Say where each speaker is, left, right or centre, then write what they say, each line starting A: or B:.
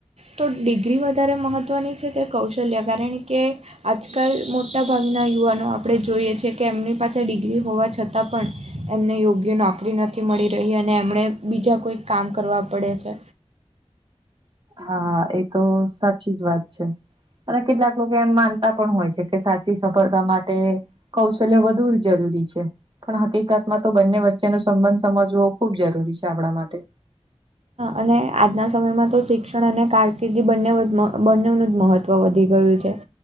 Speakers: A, on the right; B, on the right.
A: તો ડિગ્રી વધારે મહત્ત્વની છે કે કૌશલ્ય કારણ કે આજકાલ મોટાભાગના યુવાનો આપણે જોઈએ છે કે એમની પાસે ડિગ્રી હોવા છતાં પણ એમને યોગ્ય નોકરી નથી મળી રહી અને એમણે બીજા કોઈક કામ કરવા પડે છે.
B: હા એ તો સાચી જ વાત છે અને કેટલાક લોકો એમ માન તા પણ હોય છે કે સાચી સફળતા માટે કૌશલ્ય વધુ જ જરૂરી છે. પણ હકીકતમાં તો બંને વચ્ચેનો સંબંધ સમજવો ખૂબ જરૂરી છે આપણા માટે.
A: અને આજના સમયમાં તો શિક્ષણ અને કારકિર્દી બંને બંનેવનું જ મહત્ત્વ તો વધી ગયું છે.